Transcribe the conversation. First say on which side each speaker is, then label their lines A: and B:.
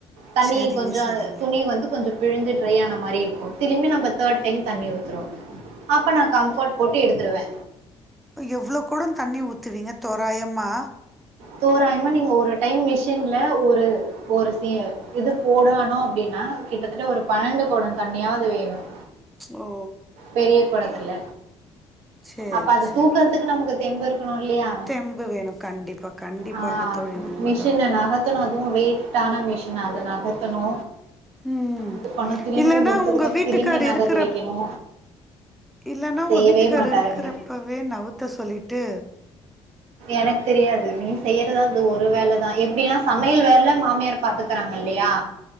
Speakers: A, on the right; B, in the centre.
A: தண்ணி
B: சரிங்க
A: கொஞ்ச
B: சரிங்க
A: துணி வந்து கொஞ்ச பிளிஞ்சு ட்ரை ஆன மாரி இருக்கு திளும்பி நம்ம தேர்ட் டைம் தண்ணி ஊத்துறோ அப்ப நான் கம்ஃபர்ட் போட்டு எடுத்துடுவே
B: எவ்வளவு குட தண்ணி ஊத்துவீங்க தோராயம் மா
A: தோராயமா நீங்க ஒரு டைம் மிஷின் ல ஒரு ஒரு ச இது போடானும் அப்படின்னா கிட்டத்தட்ட ஒரு பன்னெண்டு குடம் தண்ணியாவது வேணும்
B: ஓ
A: பெரிய குடத்துல
B: பா சேரி
A: அப்ப அதை
B: சேரி
A: தூக்குறதுக்கு நமக்கு தெம்பு இருக்கணும் இல்லையா
B: தெம்பு வேணும் கண்டிப்பா கண்டிப்பாங்க
A: ஆ
B: தோழி உண்மதான்
A: மிஷின் நகத்ன்னு அதுவு வெயி யிட்டான மிஷின் அத நகத்தணு
B: ம்
A: இது பண்ணு திரும்பி
B: இல்லன்னா
A: முடிச்சதுக்கப்
B: உங்க வீட்டுக்கார்
A: திரும்பி நகத்தி
B: இருக்ற
A: வைக்கணு
B: இல்லன்னா உங்க
A: செய்யவே
B: வீட்டுக்கார்
A: மாட்டாருங்க
B: இருக்றப்பவே நவுத்த சொல்லிட்டு
A: எனக்கு தெரியாது நீ செய்றதா ஒரு வேலதா எப்டின்னா சமையல் வேல மாமியார் பாத்துக்றாங்க இல்லயா